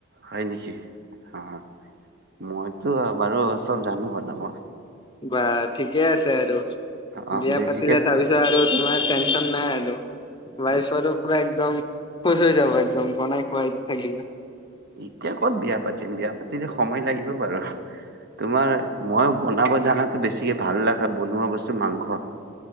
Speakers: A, on the right (about 55°); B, on the left (about 25°).
A: হয় নেকি, অ, মইতো বাৰু চব জানো বনাব।
B: বা ঠিকে আছে, আৰু
A: অ
B: বিয়া
A: বেছিকে
B: পাতিলে তাৰ পিছত আৰু তোমাৰ টেনশ্যন নাই আৰু। ৱাইফৰ পৰা, একদম খুচ হৈ যাব, একদম বনাই খোৱাই থাকিলে।
A: এতিয়া ক'ত বিয়া পাতিম, বিয়া পাতিলে সময় লাগিব বাৰু তোমাৰ মই বনাব জানাতো, বেছিকে ভাল লগা বনোৱা বস্তু মাংস।